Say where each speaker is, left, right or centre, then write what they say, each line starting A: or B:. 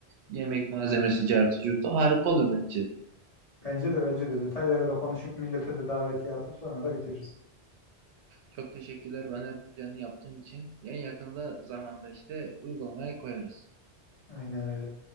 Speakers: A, on the right; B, on the left.
A: Yemek malzemesi, cartı, curtu. Harika olur bence.
B: Bence de bence de detayları da konuşup millete de davetiye atıp sonra da bitiririz.
A: Çok teşekkürler bana bu planı yaptığın için. En yakında zamanda işte uygulamaya koyarız.
B: Aynen öyle.